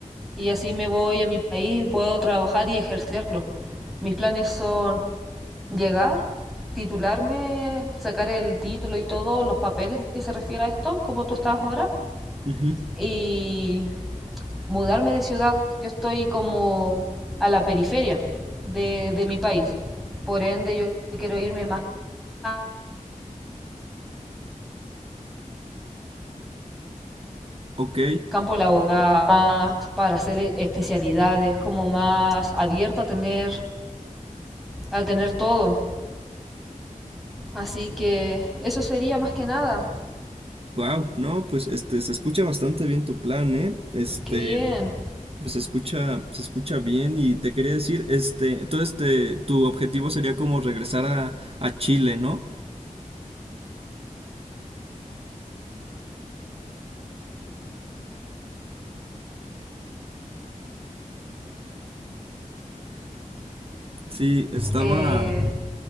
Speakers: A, in the centre; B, on the right.
A: y así me voy a mi país, puedo trabajar y ejercerlo. Mis planes son llegar, titularme, sacar el título y todos los papeles que se refiere a esto, como tú estás ahora,
B: ujú,
A: y mudarme de ciudad. Yo estoy como a la periferia de, de mi país, por ende yo quiero irme más a
B: ok,
A: campo laboral, más para hacer especialidades, como más abierto a tener a tener todo. Así que eso sería más que nada.
B: Wow, no, pues, este, se escucha bastante bien tu plan, ¿eh? Este,
A: Qué bien.
B: pues, se escucha, se escucha bien y te quería decir, este, entonces, te tu objetivo sería como regresar a, a Chile, ¿no? Sí, estaba
A: Eh,